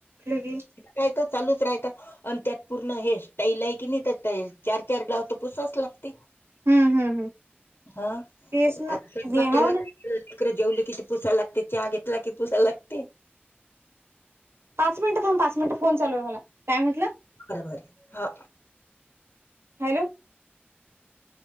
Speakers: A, on the right (about 85°); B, on the left (about 65°).
A: की.
B: राय चालूच राहता आणि त्यात पूर्ण हे. स्टाईल आहे की नाही तर चार चार ग्व तर पुूसच लागत.
A: हम्म हम्म हम्म
B: हा
A: तेच ना
B: आता
A: हे हाव
B: केला.
A: ना.
B: तक जेवली कि ते पुसा लागते चहा घेतला कि पुसा लागते.
A: पाच मिनिटं थांब पाच मिनिटं फोन चालू आहे मला काय म्हटलं.
B: बर मर हा.
A: Hello